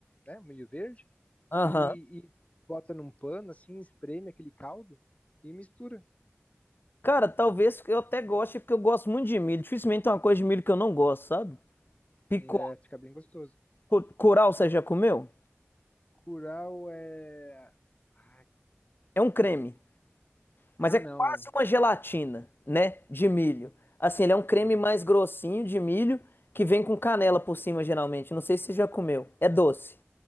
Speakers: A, on the left (about 30°); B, on the left (about 50°).
A: né, um milho verde,
B: Aham.
A: e, e bota num pano, assim, espreme aquele caldo e mistura.
B: Cara, talvez eu até goste, porque eu gosto muito de milho. Dificilmente tem uma coisa de milho que eu não gosto, sabe? Picô,
A: né, fica bem gostoso.
B: cu- curau, você já comeu?
A: Curau é. Ah,
B: É um creme, mas
A: ah,
B: é
A: não,
B: quase
A: não.
B: uma gelatina, né? De milho. Assim, ele é um creme
A: Uhum.
B: mais grossinho de milho que vem com canela por cima, geralmente. Não sei se você já comeu. É doce,